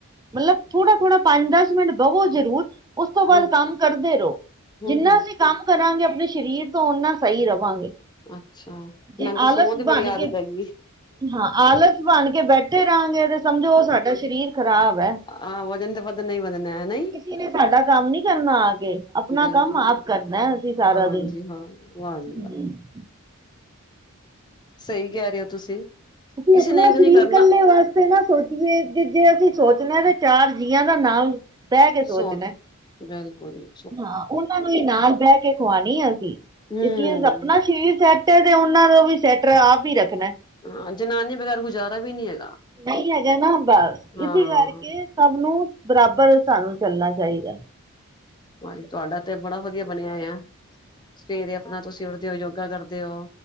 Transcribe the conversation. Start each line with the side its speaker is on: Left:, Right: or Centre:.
Right: ਮਤਲਬ ਥੋੜਾ- ਥੋੜਾ ਪੰਜ ਦਸ ਮਿੰਟ ਬਹਵੋ ਜ਼ਰੂਰ ਉਸ ਤੋਂ ਬਾਅਦ
Left: ਹਮ
Right: ਕੰਮ ਕਰਦੇ ਰਹੋ,
Left: ਹਮ
Right: ਜਿੰਨਾ
Left: ਹਮ
Right: ਅਸੀਂ ਕੰਮ ਕਰਾਂਗੇ ਆਪਣੇ, ਸਰੀਰ ਤੋਂ ਓਨਾ ਸਹੀ ਰਵਾਂਗੇ।
Left: ਅੱਛਾ,
Right: ਜੇ
Left: ਮੈਨੂੰ ਤਾਂ
Right: ਆਲਸ
Left: ਸੋਂਹ ਦੀ ਬੜੀ
Right: ਬਣ
Left: ਆਦਤ
Right: ਕੇ
Left: ਹੈਗੀ।
Right: ਹਾਂ ਆਲਸ ਬਣ ਕੇ ਬੈਠੇ ਰਹਾਂਗੇ, ਤੇ ਸਮਝੋ ਸਾਡਾ ਸਰੀਰ ਖ਼ਰਾਬ ਹੈ।
Left: ਆਂ ਵਜਨ ਤਾਂ ਵਧਣ ਹੀ ਵਧਨ ਨਹੀ ਦੇਣਾ ਨਹੀ।
Right: ਕਿਸੀ ਨੇ ਸਾਡਾ ਕੰਮ ਨੀ ਕਰਨਾ ਆ ਕੇ। ਆਪਣਾ
Left: ਬਿਲਕੁਲ
Right: ਕੰਮ ਆਪ ਕਰਨਾ ਅਸੀਂ ਸਾਰਾ
Left: ਹਾਂਜੀ
Right: ਦਿਨ,
Left: ਹਾਂ ਵਾਹ ਜੀ
Right: ਹਮ।
Left: ਵਾਹ ਸਹੀ ਕਹਿ ਰਹੇ ਤੁਸੀਂ।
Right: ਅਸੀਂ
Left: ਕਿਸੇ
Right: ਆਪਣਾ
Left: ਨੇ
Right: ਸਰੀਰ
Left: ਨੀ ਕਰਨਾ
Right: ਇਕੱਲੇ ਵਾਸ ਇਕੱਲੇ ਨਾ ਸੋਚੀਏ ਜੇ, ਜੇ ਅਸੀਂ ਸੋਚਦੇ ਹਾਂ, ਤੇ ਚਾਰ ਜੀਆਂ ਦਾ ਨਾਮ ਬਹਿ ਕੇ ਸੋਚਣਾ।
Left: ਸੋ ਬਿਲਕੁਲ ਜੀ।
Right: ਹਾਂ, ਉਹਨਾਂ ਨੂੰ ਨਾਲ ਬਹਿ ਕੇ ਖਵਾਣੀ ਅਸੀਂ।
Left: ਹਮ
Right: ਇਸ ਲਈ ਆਪਣਾ ਸਰੀਰ ਸੈੱਟ ਹੈ, ਤੇ ਉਹਨਾਂ ਦਾ ਵੀ ਸੈੱਟ ਆਪ ਹੀ ਰੱਖਣਾ।
Left: ਹਾਂ, ਜਨਾਨੀ ਬਗੈਰ ਗੁਜ਼ਾਰਾ ਵੀ ਨੀ ਹੈਗਾ।
Right: ਨਹੀਂ ਹੈਗਾ ਨਾ ਬਸ,
Left: ਹਾਂ
Right: ਇਸੀ ਕਰਕੇ ਸਭ ਨੂੰ, ਬਰਾਬਰ ਸਾਨੂੰ ਚੱਲਣਾ ਚਾਹੀਦਾ।
Left: ਹਾਂਜੀ ਤੁਹਾਡਾ ਤੇ ਬੜਾ ਵਧੀਆ ਬਣਿਆ ਹੋਇਆ, ਸਵੇਰੇ ਆਪਣਾ ਤੁਸੀਂ ਉੱਠਦੇ ਹੋ ਯੋਗਾ ਕਰਦੇ ਹੋ।